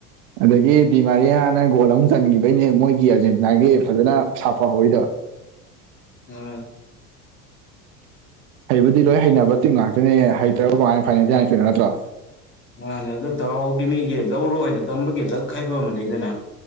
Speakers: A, on the right (about 55°); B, on the left (about 25°).
A: ꯑꯗꯒꯤ ꯗꯤꯃꯥꯔꯤꯌꯥꯅ ꯒꯣꯜ ꯑꯃ ꯆꯟꯈꯤꯕꯩꯅꯦ ꯃꯣꯏꯒꯤ ꯑꯥꯔꯖꯦꯟꯇꯤꯅꯥꯒꯤ ꯐꯖꯅ ꯁꯥꯐ ꯍꯧꯔꯤꯗꯣ꯫
B: ꯑꯥ꯫
A: ꯍꯩꯕꯨꯗꯤ ꯂꯣꯏ ꯍꯩꯅꯕ ꯇꯤꯝ ꯉꯥꯛꯇꯅꯦ ꯍꯩꯇ꯭ꯔꯒ ꯀꯃꯥꯏꯅ ꯐꯥꯏꯅꯦꯜ ꯆꯉꯛꯇꯣꯏꯅ ꯅꯠꯇ꯭ꯔꯣ꯫
B: ꯃꯥꯅꯦ ꯑꯗ ꯗꯥꯥꯎꯒꯤ ꯃꯤꯒꯤ ꯂꯧꯔꯣ ꯍꯥꯏꯅ ꯇꯝꯕꯒꯤ ꯂꯛ ꯍꯥꯏꯕ ꯑꯃ ꯂꯩꯗꯅ꯫